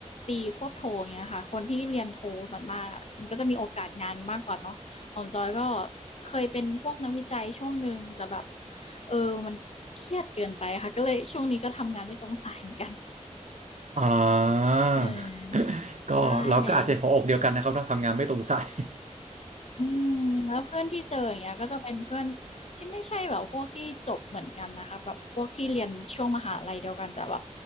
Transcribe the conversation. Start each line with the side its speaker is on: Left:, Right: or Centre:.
Left: ตีควบโทอย่างเงี้ยค่ะคนที่เรียนโทส่วนมากอะมันก็จะมีโอกาสงานมากกว่าเนาะของจอยก็เคยเป็นพวกนักวิจัยช่วงหนึ่งแต่แบบ เออมันเครียดเกินไปค่ะก็เลยช่วงนี้ก็ทำงานไม่ตรงสายเหมือนกัน
Right: อ่า
Left: เออ
Right: <laughs> ก็เราก็อาจจะหัวอกเดียวกันนะครับต้องทำงานไม่ตรงสาย
Left: ใช่อืมแล้วเพื่อนที่เจออย่างเงี้ยก็จะเป็นเพื่อนที่ไม่ใช่แบบพวกที่จบเหมือนกันนะคะแบบพวกที่เรียนช่วงมหาลัยเดียวกันแต่แบบ